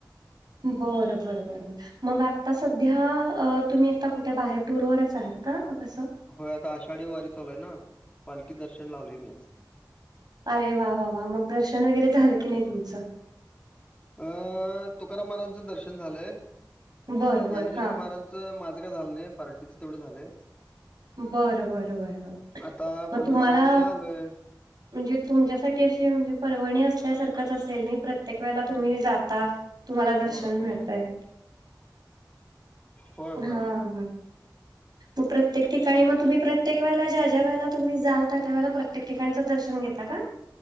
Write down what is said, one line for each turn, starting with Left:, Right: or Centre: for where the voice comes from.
Right: बरं बर बर बर मग आता सध्या तुम्ही आता कुठ बाहेर टूरवरच आहात का कसं?
Left: होय आता आषाढी वारी चालूय ना पालखी दर्शन आलोय मी आज.
Right: अरे वा वा वा मग दर्शन वगैरे झालं की नाही तुमचं?
Left: अ तुकाराम महाराजचं दर्शन झालंय, ज्ञानेश्वर
Right: बरं बरं हा
Left: महाराज माझं काय झालं नाही पार्टीचं तेवढं झालंय.
Right: बरं बरं बरं!
Left: आता
Right: मग
Left: पंढरपूरमध्ये
Right: तुम्हाला
Left: आलोय
Right: म्हणजे तुमच्यासाठी अशी म्हणजे परवणी असल्यासारखंच असेल ना प्रत्येक वेळेला तुम्ही जाता. तुम्हाला
Left: होय
Right: दर्शन
Left: होय
Right: मिळतय
Left: होय होय
Right: हा
Left: होय
Right: म प्रत्ये प्रत्येक ठिकाणी मग तुम्ही प्रत्येक वेला ज्या ज्या वेळेला तुम्ही जाल त्या वळेला प्रत्येक ठिकाणच दर्शन घेता का?